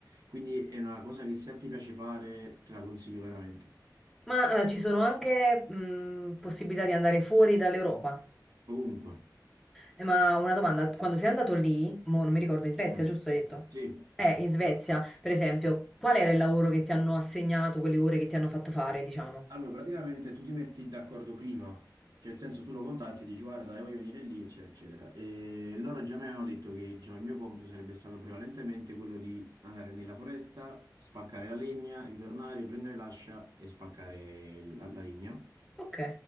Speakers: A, on the right (about 60°); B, in the centre.
A: Quindi è una cosa che se ti piace fare, te la consiglio veramente.
B: Ma eh, ci sono anche mm, possibilità di andare fuori dall'Europa.
A: Ovunque.
B: Eh, ma una domanda, quando sei andato lì, mo non mi ricordo, in Svezia,
A: Mm.
B: giusto hai detto?
A: Sì.
B: Eh, in Svezia, per esempio, qual era il lavoro che ti hanno assegnato, quelle ore che ti hanno fatto fare, diciamo?
A: Allora, praticamente tu ti metti d'accordo prima, cioè nel senso tu lo contatti e dici guarda, io voglio venire lì, eccetera, eccetera. E loro già mi avevano detto che diciamo, il mio compito sarebbe stato prevalentemente quello di andare nella foresta, spaccare la legna, ritornare, prendere l'ascia e spaccare la, la legna.
B: Ok.